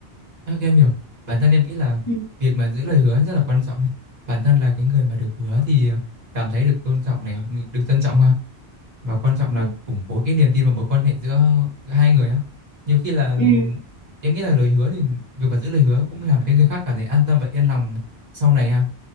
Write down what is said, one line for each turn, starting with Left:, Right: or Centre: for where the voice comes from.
Right: Ơ, Em hiểu. Bản thân em nghĩ là
Left: ừ
Right: việc mà giữ lời hứa ấy rất là quan trọng ấy. Bản thân là cái người mà được hứa thì ờ, cảm thấy được tôn trọng này, ng- được trân trọng ha. Và quan trọng là
Left: ừ
Right: củng cố cái niềm tin và mối quan hệ giữa, giữa hai người á. Nhiều khi là ừm,
Left: ừ
Right: em nghĩ là lời hứa thì việc mà giữ lời hứa cũng làm cái người khác cảm thấy an tâm và yên lòng sau này ha.